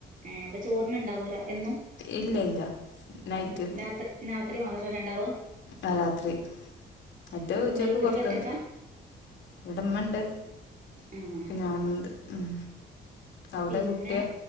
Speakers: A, on the right; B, on the left.
A: ഏഹ് അപ്പൊ ചോറിനുണ്ടാവൂല എന്നും
B: ഇല്ലില്ല നൈറ്റ്
A: ഉം രാത്രി രാത്രി മാത്രമല്ല ഉണ്ടാവുക
B: ആഹ് രാത്രി മറ്റോ ഉച്ചക്ക്
A: ഇങ്ങള് വീട്ടില്
B: പുറത്തുന്ന്
A: ഒറ്റക്കാ
B: ഇവിടെ ഉമ്മ ഉണ്ട്
A: ആഹ്
B: ഞാനുണ്ട് ഉം അവിടെ
A: പിന്നെ
B: കുട്ടിയ